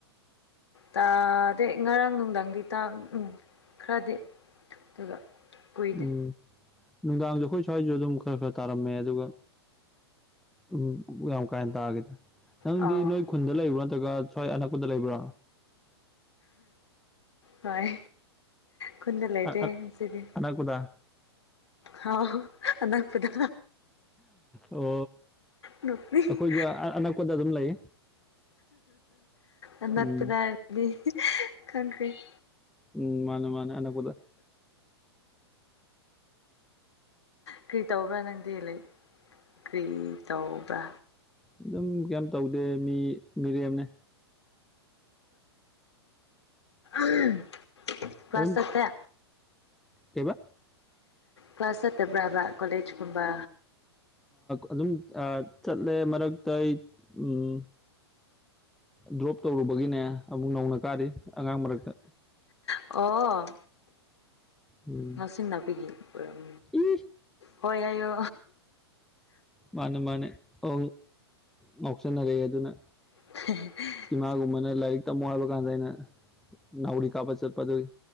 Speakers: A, on the left; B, in the centre.
A: ꯇꯥꯗꯦ ꯉꯔꯥꯡ ꯅꯨꯡꯊꯪꯗꯤ ꯇꯥ ꯎꯝ ꯈꯔꯗꯤ ꯑꯗꯨꯒ ꯀꯨꯏꯗꯦ
B: ꯎꯝ ꯅꯨꯡꯗꯥꯡꯁꯨ ꯑꯩꯈꯣꯏ ꯁ꯭ꯋꯥꯏꯁꯨ ꯑꯗꯨꯝ ꯈꯔ ꯈꯔ ꯇꯥꯔꯝꯃꯦ ꯑꯗꯨꯒ ꯎꯝ ꯌꯥꯝ ꯀꯥ ꯍꯦꯟꯅ ꯇꯥꯈꯤꯗ꯭ꯔꯦ ꯅꯪꯗꯤ
A: ꯑꯥꯎ
B: ꯅꯣꯏ ꯈꯨꯟꯗ ꯂꯩꯕ꯭ꯔꯥ ꯅꯠꯇ꯭ꯔꯒ ꯁ꯭ꯋꯥꯏ ꯑꯅꯛꯄꯗ ꯂꯩꯕ꯭ꯔꯥ
A: ꯍꯣꯏ ꯈꯨꯟꯗ ꯂꯩꯇꯦ
B: ꯑ-
A: ꯉꯁꯤꯗꯤ
B: ꯑꯅꯛꯄꯗ
A: ꯍꯥꯎ ꯑꯅꯛꯄꯗ
B: ꯑꯣ
A: ꯅꯣꯛꯅꯤꯡ
B: ꯑꯩꯈꯣꯏꯁꯨ ꯑꯅꯛꯄꯗ ꯑꯗꯨꯝ ꯂꯩ
A: ꯑꯅꯛꯄꯗꯥ
B: ꯎꯝ
A: <unintelligible>
B: ꯎꯝ ꯃꯥꯅꯦ ꯃꯥꯅꯦ ꯑꯅꯛꯄꯗ
A: ꯀꯔꯤ ꯇꯧꯕ꯭ꯔꯥ ꯅꯪꯗꯤ ꯂꯩ ꯀꯔꯤ ꯇꯧꯕ꯭ꯔꯥ
B: ꯑꯗꯨꯝ ꯀꯩꯝ ꯇꯧꯗꯦ ꯃꯤ ꯃꯤꯔꯦꯝꯅꯦ
A: ꯏ ꯄꯁꯛꯇ
B: ꯑꯗꯨꯝ ꯀꯩꯕ
A: ꯀ꯭ꯂꯥꯁꯠꯇꯕ꯭ꯔꯥꯕ ꯀꯂꯦꯖ ꯀꯨꯝꯕ
B: ꯑꯗꯨꯝ ꯆꯠꯂꯦ ꯃꯔꯛꯇ ꯑꯩ ꯎꯝ ꯗ꯭ꯔꯣꯞ ꯇꯧꯔꯨꯕꯒꯤꯅꯦ ꯑꯃꯨꯛ ꯅꯧꯅ ꯀꯥꯔꯤ ꯑꯉꯥꯡ ꯃꯔꯛꯇ
A: ꯑꯣ
B: ꯎꯝ
A: ꯉꯥꯡꯁꯤꯟꯅꯅꯥꯄꯤꯒꯤ ꯄꯨꯔꯝ
B: ꯏ
A: ꯍꯣꯏ ꯑꯏꯌꯣ
B: ꯃꯥꯅꯦ ꯃꯥꯅꯦ ꯑ ꯉꯥꯎꯁꯟꯅꯔꯛꯑꯦ ꯑꯗꯨꯅ
A: <inaudible>
B: ꯏꯃꯥꯒꯨꯝꯕꯅ ꯂꯥꯏꯔꯤꯛ ꯇꯝꯃꯣ ꯍꯥꯏꯕ ꯀꯥꯟꯗ ꯑꯩꯅ ꯅꯥꯎꯔꯤ ꯀꯥꯞꯄ ꯆꯠꯄ ꯑꯗꯨꯒꯤ